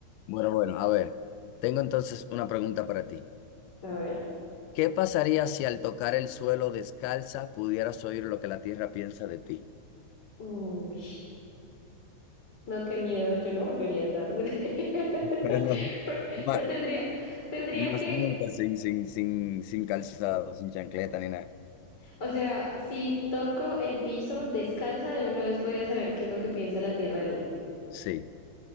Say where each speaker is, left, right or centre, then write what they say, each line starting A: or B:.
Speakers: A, on the left (about 85°); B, on the left (about 25°).
A: Bueno, bueno, a ver, tengo entonces una pregunta para ti.
B: A ver.
A: ¿Qué pasaría si al tocar el suelo descalza pudieras oír lo que la tierra piensa de ti?
B: Uy, no, qué miedo, yo no volvería a andar. <laughs>
A: <laughs> Pero no,
B: Pero,
A: ma-
B: pero tendría, tendría
A: más
B: que,
A: nunca sin, sin, sin, sin calzado, sin chancleta ni nada.
B: o sea, si toco el piso descalza, de una vez voy a saber qué es lo que piensa la tierra de mí.
A: Sí.